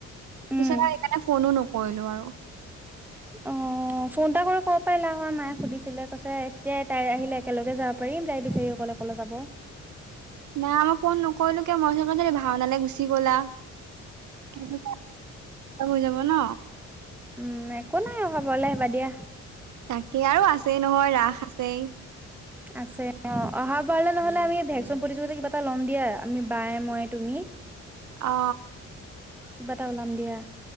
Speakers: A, in the centre; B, on the right.
A: উম
B: পিছত আৰু সেইকাৰণে ফ'নো নকৰিলো আৰু।
A: অ'। অ', ফ'ন এটা কৰি ক'ব পাৰিলা হয় মায়ে সুধিছিলে কৈছে এতিয়া তাই আহিলে একেলগে যাব পাৰিম তাই বেচিৰি অকলে অক অকলে যাব
B: নাই মই ফ'ন নকৰিলো কিয় মই <unintelligible> ভাওনালে গুচি গলা কিনো হৈ যাব ন'।
A: উম, একো নাই অহাবাৰলে আহিবা দিয়া।
B: তাকে আৰু আছেই নহয় ৰাস আছেই।
A: আছে অ অহা বাৰলে নহলে আমি ভেকচিন প্ৰতিযোগিতাতে কিবা এটা ল'ম দিয়া আমি বায়ে ময়ে তুমি
B: অ
A: কিবাটা ওলাম দিয়া